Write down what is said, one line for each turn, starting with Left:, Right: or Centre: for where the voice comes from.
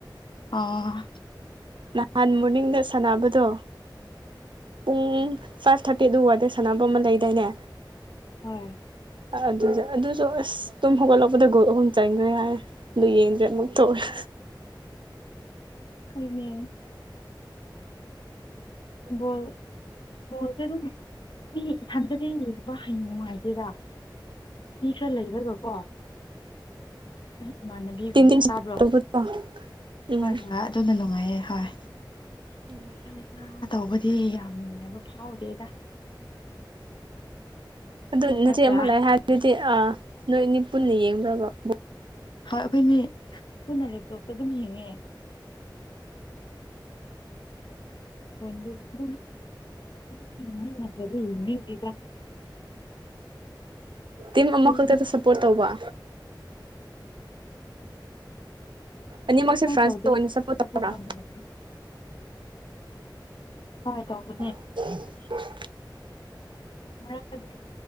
Left: ꯑꯣ꯫
Right: ꯅꯍꯥꯟ ꯃꯣꯔꯅꯤꯡꯗ ꯁꯥꯟꯅꯕꯗꯣ ꯄꯨꯡ ꯐꯥꯏꯚ ꯊꯥꯔꯇꯤ ꯑꯗꯨ ꯋꯥꯏꯗ ꯁꯥꯟꯅꯕꯝ ꯑꯃ ꯂꯩꯗꯥꯏꯅꯦ
Left: ꯍꯣꯏ
Right: ꯑꯗꯨꯗ ꯑꯗꯨꯁꯨ ꯑꯁ ꯇꯨꯝ ꯍꯧꯒꯠꯂꯛꯄꯗ ꯒꯣꯜ ꯑꯍꯨꯝ ꯆꯪꯒ꯭ꯔꯦ ꯍꯥꯏꯔꯦ ꯑꯗꯨ ꯌꯦꯡꯗ꯭ꯔꯦ ꯑꯃꯨꯛ ꯇꯣꯛꯑꯦ
Left: ꯍꯨꯏꯅꯦ ꯕꯣꯜ ꯕꯣꯜꯁꯦ ꯑꯗꯨꯝ ꯃꯤ ꯏꯊꯟꯇꯗꯤ ꯌꯦꯡꯕ ꯍꯩ ꯅꯨꯡꯉꯥꯏꯇꯦꯗ ꯃꯤ ꯈꯔ ꯂꯩꯔꯒꯀꯣ ꯏꯃꯥꯟꯅꯕꯤꯒꯨꯝꯕ
Right: ꯇꯤꯝ ꯇꯤꯝ ꯁꯞꯄꯣꯔꯠ
Left: ꯇꯥꯕ꯭ꯔꯣ
Right: ꯇꯧꯕꯗꯣ ꯎꯝ
Left: ꯍꯣꯏ ꯍꯣꯏ ꯇꯨꯅ ꯅꯨꯡꯉꯥꯏꯌꯦ ꯍꯣꯏ
Right: ꯎꯝ
Left: ꯏꯁꯥ ꯏꯁꯥ ꯇꯧꯕꯗꯤ ꯌꯥꯝ ꯅꯨꯡꯉꯥꯏꯕ ꯐꯥꯎꯗꯦꯗ
Right: ꯑꯗꯨ ꯅꯠꯆꯦ
Left: ꯅꯠꯇ꯭ꯔꯥ
Right: ꯑꯃ ꯂꯩ ꯍꯥꯏ ꯗꯨꯗꯤ ꯑꯥ ꯅꯣꯏ ꯑꯅꯤ ꯄꯨꯟꯅ ꯌꯦꯡꯕ꯭ꯔꯥꯕ ꯕꯣ
Left: ꯍꯣꯏ ꯑꯩꯈꯣꯏꯅꯤ ꯄꯨꯟꯅ ꯂꯦꯞꯇꯣꯞꯇ ꯑꯗꯨꯝ ꯌꯦꯡꯉꯦ ꯕꯣꯟꯗꯤ ꯑꯗꯨꯝ <unintelligible> ꯌꯦꯡꯅꯤꯡꯗꯦꯗ
Right: ꯇꯤꯝ
Left: ꯑꯩꯈꯣꯏꯅꯤꯗꯤ
Right: ꯑꯃꯈꯛꯇꯥꯗ ꯁꯞꯄꯣꯔꯠ ꯇꯧꯕ ꯑꯅꯤꯃꯛꯁꯦ
Left: ꯑꯗꯨꯃꯥꯏꯟ
Right: ꯐ꯭ꯔꯥꯟꯁꯇ
Left: ꯇꯧꯗꯦ
Right: ꯑꯣꯏꯅ
Left: ꯁꯞꯄꯣꯔꯠ
Right: ꯇꯧꯕ꯭ꯔꯥ
Left: ꯇꯧꯃꯤꯟꯅꯁꯤ ꯍꯣꯏ ꯇꯧꯕꯅꯦ
Right: <unintelligible>
Left: ꯃꯔꯛꯇꯥꯗꯤ